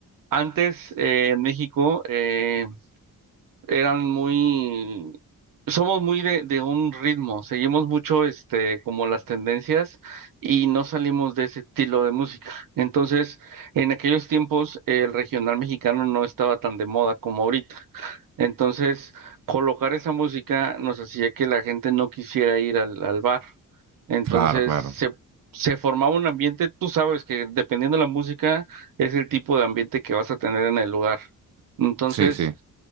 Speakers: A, on the right; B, on the right.
A: Antes eh, en México eh, eran muy, somos muy de, de un ritmo, seguimos mucho este, como las tendencias y no salimos de ese estilo de música. Entonces, en aquellos tiempos el regional mexicano no estaba tan de moda como ahorita. Entonces, colocar esa música nos hacía que la gente no quisiera ir al, al bar. Entonces,
B: Claro, claro.
A: se, se formaba un ambiente, tú sabes que dependiendo de la música es el tipo de ambiente que vas a tener en el lugar. Entonces,
B: Sí, sí.